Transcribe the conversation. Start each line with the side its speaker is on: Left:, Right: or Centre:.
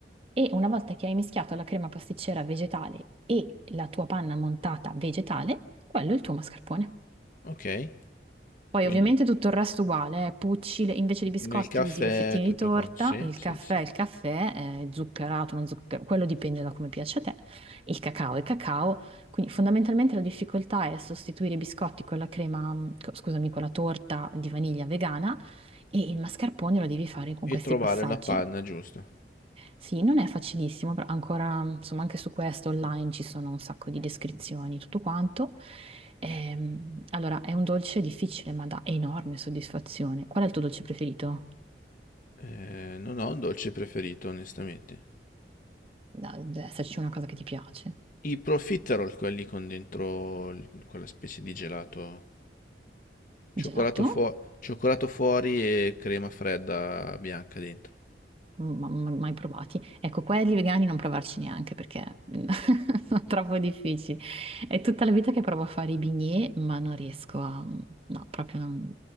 Right: E una volta che hai mischiato la crema pasticcera vegetale e la tua panna montata vegetale, quello è il tuo mascarpone.
Left: Ok.
Right: Poi
Left: Quindi
Right: ovviamente tutto il resto uguale, eh, Pucci, le- invece di biscotti
Left: nel caffè
Right: usi le fettine
Left: tutto
Right: di torta,
Left: quanto. Sì,
Right: il
Left: sì,
Right: caffè,
Left: sì.
Right: il caffè, eh, zuccherato, non zuccherato, quello dipende da come piace a te, il cacao, il cacao, quindi fondamentalmente la difficoltà è sostituire i biscotti con la crema, mm, co- scusami, con la torta di vaniglia vegana e il mascarpone lo devi fare con
Left: E
Right: questi
Left: trovare
Right: passaggi.
Left: la panna giusta.
Right: Sì, non è facilissimo, però ancora, insomma, anche su questo online ci sono un sacco di descrizioni, tutto quanto. Ehm, allora, è un dolce difficile, ma dà enorme soddisfazione. Qual è il tuo dolce preferito?
Left: Eh, non ho un dolce preferito, onestamente.
Right: Da- Deve esserci una cosa che ti piace.
Left: I profiterol, quelli con dentro l- quella specie di gelato. Cioccolato,
Right: Gelato?
Left: fuo- cioccolato fuori e crema fredda bianca dentro.
Right: Ma- ma- mai provati. Ecco, quelli vegani non provarci neanche perché <laughs> sono troppo difficili. È tutta la vita che provo a fare i bignè, ma non riesco a... No, proprio non...